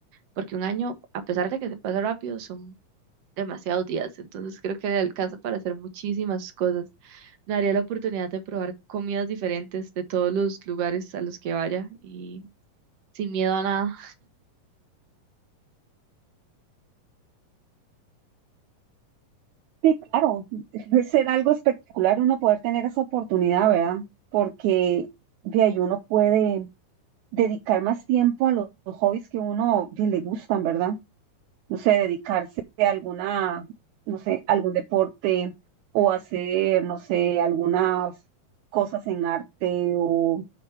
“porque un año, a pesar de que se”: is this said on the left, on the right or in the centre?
Right